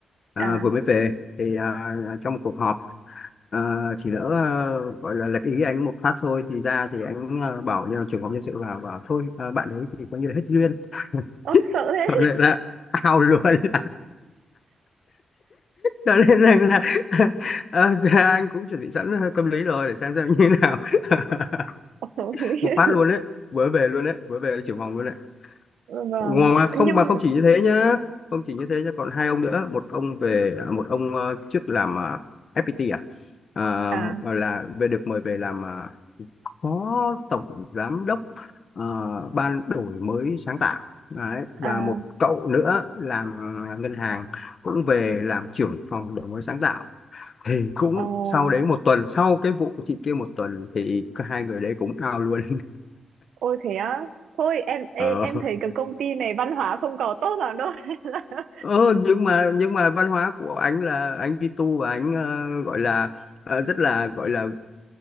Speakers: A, on the left (about 45°); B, on the right (about 75°).
A: à,
B: À,
A: vừa mới về thì à, trong một cuộc họp à, chỉ lỡ à, gọi là lệch ý anh một phát thôi thì ra thì anh à, bảo như là trưởng phòng nhân sự vào bảo thôi à, bạn ấy thì coi như là hết duyên <laughs>
B: ố sợ thế.
A: cho nên là ao luôn <laughs> cho nên là, là <laughs> ờ, anh cũng chuẩn bị sẵn ờ, tâm lý rồi để xem xem như thế nào <laughs>
B: <laughs> Ôi,
A: một phát luôn đấy vớ về luôn đấy vớ về là trưởng phòng luôn đấy
B: <laughs> Vâng,
A: mà không
B: nhưng
A: mà không chỉ như thế nhá không chỉ như thế nhá còn hai ông nữa một ông về một ông ờ, trước làm ờ, FPT à Ờ,
B: à
A: là về được mời về làm ờ, phó tổng giám đốc ờ, ban đổi mới sáng tạo đấy và
B: à
A: một cậu nữa làm ngân hàng cũng về làm trưởng phòng đổi mới sáng tạo thì cũng
B: ồ
A: sau đấy một tuần sau cái vụ chị kia một tuần thì cả hai người đấy cũng out luôn
B: ôi thế á. Thôi em ê,
A: <laughs> ờ
B: em thấy cái công ty này văn hóa không có tốt lắm đâu. <laughs> Nên là-
A: Ờ, nhưng mà nhưng mà văn hóa của anh là anh đi tu và anh ờ, gọi là ờ, rất là gọi là